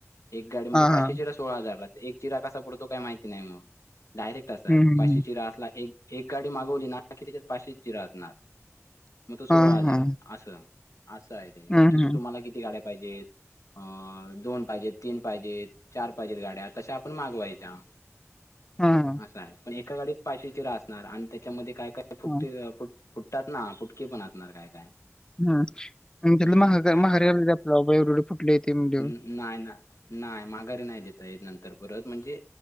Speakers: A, on the left (about 70°); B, on the left (about 15°).
A: एक गाडी म्हणजे
B: हा
A: पाचे
B: हा
A: सोळा हजारला तर एक चिरा कसा पडतो काही माहिती नाही मग डायरेक्ट असा
B: हं,
A: आहे
B: हं,
A: पाचशे
B: हं.
A: चिरा असला एक एक गाडी मागवली ना की त्याच्यात पाचशे चिरा असणार मग तो सोळा
B: हां,
A: हजार
B: हां.
A: असं असं आहे त्यानी
B: हं,
A: किती
B: हं.
A: तुम्हाला किती गाड्या पाहिजेत अ दोन पाहिजेत तीन पाहिजेत चार पाहिजेत गाड्या तशा आपण मागवायच्या
B: हां, हां.
A: असं आहे पण एका गाडीत पायट चिरा असणार आणि त्याच्यामध्ये काय काय
B: हां,
A: फुट फटात ना फुटकीे पण असणार काय काय
B: हम त्यात
A: हम्म
B: म मघारी आपला बाबा एवढे एवढे फुटले येते म्हणजे
A: न- नाही नाही नाही माघारी नाही देेत य नंतर परत म्हणजे